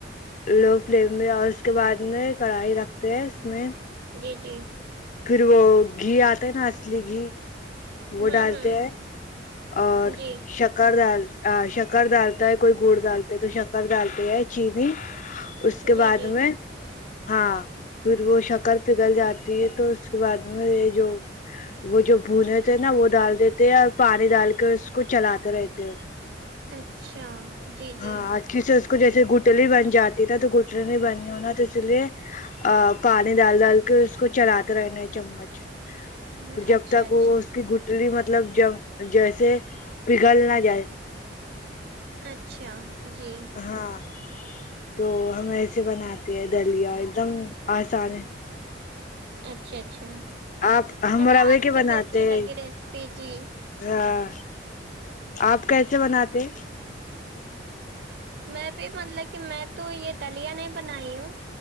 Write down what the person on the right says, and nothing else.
جی جی
ہوں
ہوں
جی
جی
جی
اچھا جی جی
<inaudible>
اچھا
اچھا
اچھا جی
اچھا اچھا
چلو
آپ
کی
بھی اچھی
لگی ریسیپی جی
میں بھی مطلب کہ میں تو یہ دلیا نہیں بنائی ہوں